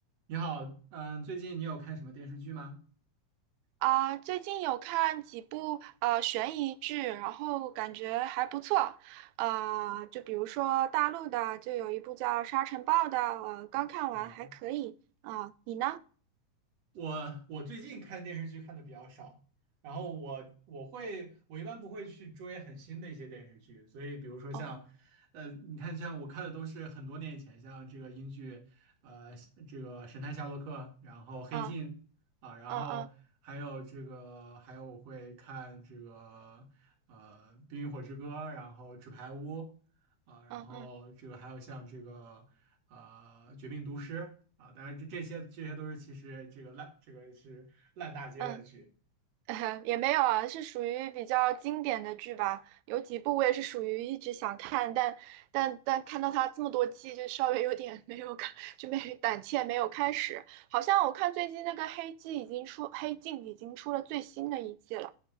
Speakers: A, on the right; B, on the right.
A: 你好，嗯、最近你有看什么电视剧吗？
B: 啊，最近有看几部呃悬疑剧，然后感觉还不错。呃，就比如说大陆的，就有一部叫《沙尘暴》的，呃，刚看完还可以。
A: 啊，
B: 啊，你呢？
A: 我我最近看电视剧看的比较少，然后我我会我一般不会去追很新的一些电视剧，所以比如说像，
B: 哦，
A: 呃，你看像我看的都是很多年以前，像这个英剧，呃，这个《神探夏洛克》，然后《黑镜》
B: 嗯
A: 啊，然后还有这个还有我会看这个呃《冰与火之歌》，
B: 嗯嗯
A: 然后《纸牌屋》。啊，然后这个还有像这个啊，
B: 嗯嗯嗯
A: 《绝命毒师》啊，当然这这些这些都是其实这个烂这个是烂大街的剧
B: 嗯。<laughs> 也没有啊，是属于比较经典的剧吧。有几部我也是属于一直想看，但但但看到它这么多季，就稍微有点没有看，就没胆怯，没有开始。好像我看最近那个《黑镜》已经出，《黑镜》已经出了最新的一季了。